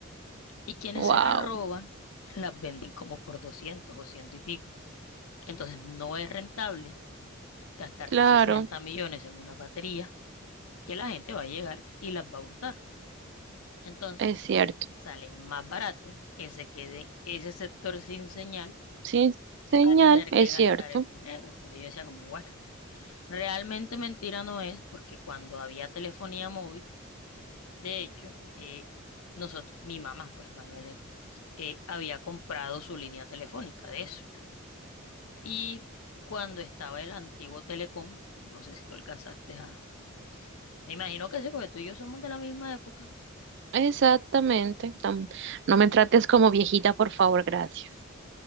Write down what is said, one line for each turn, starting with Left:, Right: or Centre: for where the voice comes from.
Left: Y quienes
Right: Wow,
Left: se las roban, las venden como por 200 o ciento y pico. Entonces no es rentable gastarse
Right: claro,
Left: 60 millones en una batería que la gente va a llegar y las va a hurtar. Entonces
Right: es cierto.
Left: sale más barato que se quede ese sector sin señal
Right: Sin señal,
Left: a tener
Right: es
Left: que gastar
Right: cierto.
Left: el dinero. Entonces yo decía como, bueno, realmente mentira no es porque cuando había telefonía móvil, De hecho, eh, nosotros, mi mamá, pues Manuel, eh, había comprado su línea telefónica, de eso. Y cuando estaba el antiguo Telecom, no sé si tú alcanzaste a... Me imagino que sí, porque tú y yo somos de la misma época.
Right: Exactamente. Tam- no me trates como viejita, por favor, gracias.